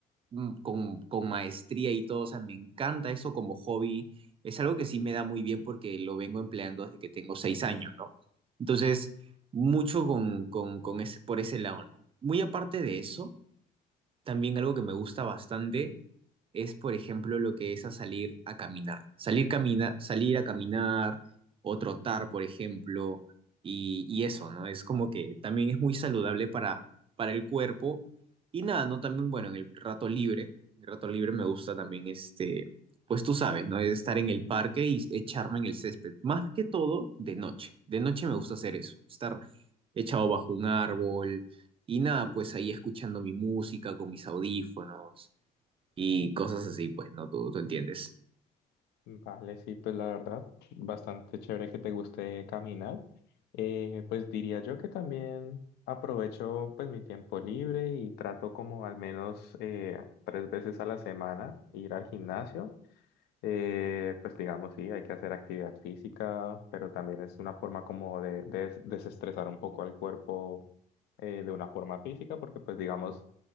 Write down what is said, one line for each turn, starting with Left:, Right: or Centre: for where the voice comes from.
Right: mm, con, con maestría y todo. O sea, me encanta eso como hobby. Es algo que sí me da muy bien porque lo vengo empleando desde que tengo seis años, ¿no? Entonces, mucho con, con, con ese, por ese lado, ¿no? Muy aparte de eso. También algo que me gusta bastante es, por ejemplo, lo que es a salir a caminar. Salir, camina, salir a caminar o trotar, por ejemplo, y, y eso, ¿no? Es como que también es muy saludable para, para el cuerpo. Y nada, ¿no? También, bueno, en el rato libre, el rato libre me gusta también, este, pues tú sabes, ¿no? Es Estar en el parque y echarme en el césped. Más que todo de noche. De noche me gusta hacer eso, estar echado bajo un árbol y nada, pues ahí escuchando mi música con mis audífonos y cosas así, pues no, tú, tú entiendes.
Left: Vale, sí, pues la verdad, bastante chévere que te guste caminar. Eh, pues diría yo que también aprovecho pues mi tiempo libre y trato como al menos eh, tres veces a la semana ir al gimnasio. Eh, pues digamos, sí, hay que hacer actividad física, pero también es una forma como de, de des- desestresar un poco al cuerpo eh, de una forma física, porque pues digamos,